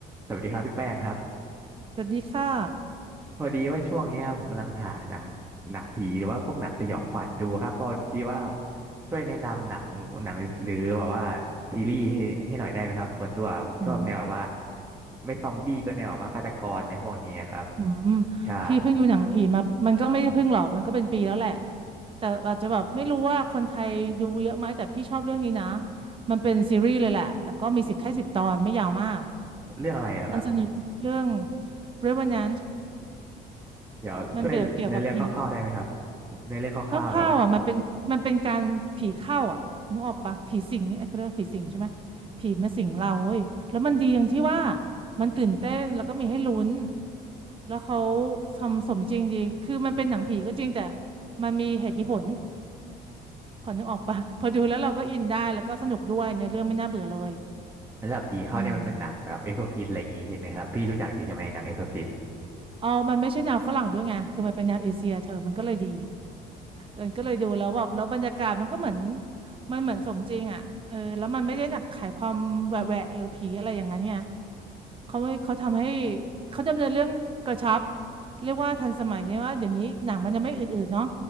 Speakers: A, on the right; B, on the right.
A: สวัสดีครับพี่แป้งครับ
B: สวัสดีค่ะ
A: พอดีว่าช่วงเนี้ยผมกำลังหาหนังหนังผีหรือว่าพวกหนังสยองขวัญดูครับพอดีว่าช่วยแนะนำหนังหนังหรือแบบว่าซีรีส์ให้ให้หน่อยได้ไหมครับส่วนตัวผมชอบแนวแบบว่า
B: โห
A: ไม่ซอมบี้ก็แนวแบบว่าฆาตกรในพวกนี้ครับ
B: อืมพี่เพิ่งดูหนังผีมามันก็ไม่ได้เพิ่งหรอก
A: ใช่
B: มันก็เป็นปีแล้วแหละ แต่อาจจะแบบไม่รู้ว่าคนไทยดูเยอะไหม แต่พี่ชอบเรื่องนี้นะ มันเป็นซีรีส์เลยแหละ แล้วก็มีสิบแค่สิบตอน ไม่ยาวมาก
A: เรื่องอะไรแล้วครับ
B: มันสนุกเรื่อง Revenant
A: เดี๋ยวช่วยในอเรื่องคร่าวๆได้ไหมครับ
B: มันเปรียบเกี่ยวกับผี
A: ในอเรื่องคร่าวๆแบบว่า
B: คร่าวๆอ่ะมัน่เป็นมันเป็นการผีเข้าอ่ะนึกออกปะผีสิงเอ้ยเขาเรียกว่าผีสิงใช่ไหมผีมาสิงเราเว้ยแล้วมันดีตรงที่ว่ามันตื่นเต้นแล้วก็มีให้ลุ้นแล้วเขาทำสมจริงดีคือมันเป็นหนังผีก็จริงแต่มันมีเหตุมีผลพอนึกออกปะ <laughs> พอดูแล้วเราก็อินได้แล้วก็สนุกด้วยเนื้อเรื่องไม่น่าเบื่อเลย
A: สำหระดับผีเข้าเนี่ยมันเป็นหนังแบบเอ็กโซซิสอะไรอย่างงี้ใช่ไหมครับพี่รู้จักจริงใช่ไหมหนังเอ็กโซซิส
B: อืมเอามันไม่ใช่แนวฝรั่งด้วยไงคือมันเป็นแนวเอเชียเธอมันก็เลยดี มันก็เลยดูแล้วแบบแล้วบรรยากาศมันก็เหมือนมันเหมือนสมจริงอ่ะเออแล้วมันไม่ได้หนักขายความแหวะแหวะหรือผีอะไรอย่างนั้นไงเขาไม่เขาทำให้เขาดำเนินเรื่องกระชับเรียกว่าทันสมัยเนี่ยว่าเดี๋ยวนี้หนังมันจะไม่อืดๆเนาะ